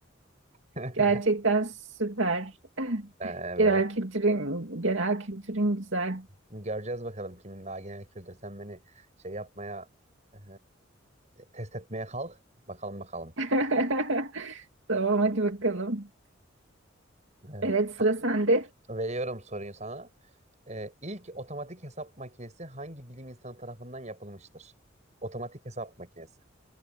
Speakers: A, on the right; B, on the right.
A: <laughs>
B: Gerçekten süper. <laughs>
A: Evet.
B: Genel kültürün, genel kültürün güzel.
A: Göreceğiz bakalım kimin daha genel kültür. Sen beni şey yapmaya e, test etmeye kalk. Bakalım bakalım.
B: <laughs> Tamam, hadi bakalım.
A: E,
B: Evet,
A: sa-
B: sıra sende.
A: veriyorum soruyu sana. E, ilk otomatik hesap makinesi hangi bilim insanı tarafından yapılmıştır? Otomatik hesap makinesi.